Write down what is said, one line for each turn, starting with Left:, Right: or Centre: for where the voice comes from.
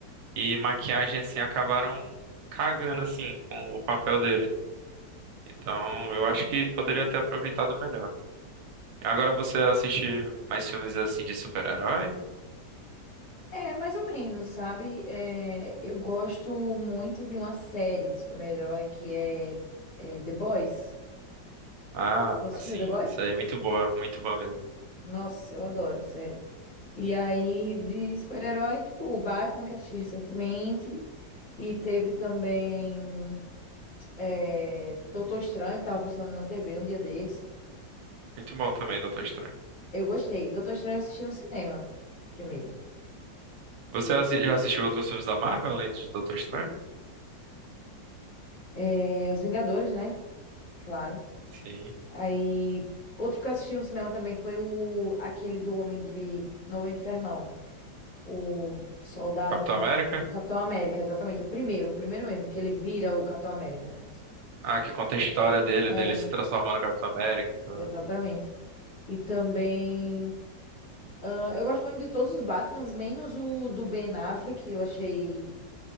Right: e maquiagem assim acabaram cagando assim com o papel dele. Então, eu
Left: É.
Right: acho que poderia ter aproveitado melhor. Agora você assiste mais filmes assim de super-herói?
Left: É, mais ou menos, sabe? É, eu gosto muito de uma série de super-herói que é, é The Boys.
Right: Ah,
Left: Já assistiu
Right: sim.
Left: The Boys?
Right: isso aí é muito boa, muito boa mesmo.
Left: Nossa, eu adoro, sério. E aí, de super-herói, tipo, o Batman, que eu assisti recentemente. E teve também é, Doutor Estranho, que tava passando na TV um dia desse.
Right: Muito bom também, Doutor Estranho.
Left: Eu gostei. Doutor Estranho eu assisti no cinema, primeiro.
Right: Você assi- já assistiu outros filmes da Marvel além de Doutor Estranho?
Left: É, Os Vingadores, né? Claro.
Right: Sim.
Left: Aí, outro que eu assisti no cinema também foi o aquele do Homem de. Não, Homem de Ferro, não. O Soldado,
Right: Capitão
Left: não.
Right: América?
Left: O Capitão América, exatamente. O primeiro, o primeiro mesmo, que ele vira o Capitão América, né?
Right: Ah, que conta a história dele,
Left: É,
Right: dele se transformando no Capitão América e tudo.
Left: exatamente. E também. ah, eu gosto muito de todos os Batmans, menos o do Ben Affleck. Eu achei.